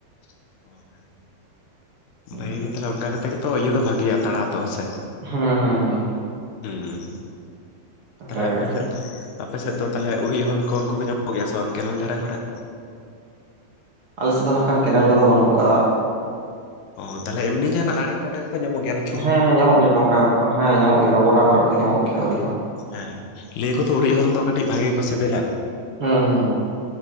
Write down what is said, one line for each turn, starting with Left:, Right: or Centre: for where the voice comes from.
Left: <inaudible>
Right: ᱦᱩᱸ
Left: ᱵᱷᱟᱜᱮ ᱜᱮ ᱛᱟᱦᱚᱞᱮ ᱚᱱᱠᱟ ᱠᱟᱛᱮ ᱜᱮᱛᱚ ᱤᱭᱟᱹ ᱫᱚ ᱵᱷᱟᱜᱮᱭᱟ ᱛᱟᱲᱟᱣ ᱫᱚ ᱦᱮ ᱥᱮ᱾
Right: ᱦᱩᱸ ᱦᱩᱸ ᱦᱩᱸ᱾
Left: ᱦᱩᱸ,
Right: ᱚᱱᱠᱟᱜᱮ
Left: ᱛᱟᱦᱞᱮ ᱟᱯᱮ ᱥᱮᱫ ᱛᱚ ᱟᱯᱮ ᱥᱮᱫ ᱫᱚ ᱛᱟᱦᱚᱞᱮ ᱩᱨᱤᱡᱦᱚᱱ ᱠᱚ ᱩᱱᱠᱩ ᱠᱚ ᱧᱟᱢᱚᱜ ᱜᱮᱭᱟ ᱥᱮ ᱠᱮᱱᱮᱞ ᱫᱷᱟᱨᱮ ᱠᱚᱨᱮᱜ?
Right: ᱟᱞᱮ ᱥᱮᱫ ᱫᱚ ᱱᱟᱠᱷᱟᱱ ᱠᱮᱱᱮᱞ ᱠᱚᱫᱚ ᱵᱟᱹᱱᱩᱜ ᱠᱟᱜᱼᱟ᱾
Left: ᱳ ᱛᱟᱦᱚᱞᱮ ᱮᱢᱱᱤ ᱡᱟᱦᱟᱱᱟᱜ ᱟᱲᱮ ᱠᱚᱨᱮ ᱜᱮᱠᱚ ᱧᱟᱢᱚᱜ ᱜᱮᱭᱟ ᱚᱱᱮ
Right: ᱦᱮᱸ ᱦᱮᱸ ᱧᱟᱢᱚᱜ ᱜᱮᱭᱟ ᱠᱚ ᱚᱱᱠᱟ ᱦᱮᱸ ᱧᱟᱢᱚᱜ ᱜᱮᱭᱟ ᱜᱚᱰᱟ ᱠᱚᱨᱮ ᱠᱚ ᱧᱟᱢᱚᱜ ᱜᱮᱭᱟ ᱩᱨᱤᱡᱦᱚᱱ᱾
Left: ᱦᱮᱸ ᱞᱟᱹᱭᱟᱠᱚ ᱛᱚ ᱩᱨᱤᱡᱦᱚᱱ ᱫᱚ ᱠᱟᱹᱴᱤᱡ ᱵᱷᱟᱜᱤ ᱜᱮ ᱠᱚ ᱥᱤᱵᱤᱞᱟ᱾
Right: ᱦᱩᱸ ᱦᱩᱸ᱾